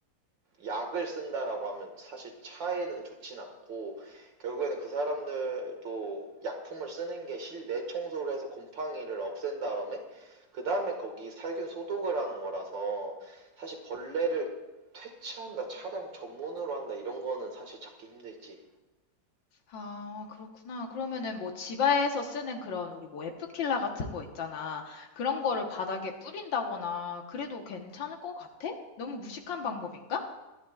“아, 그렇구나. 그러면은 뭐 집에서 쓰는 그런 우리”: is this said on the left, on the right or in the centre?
Left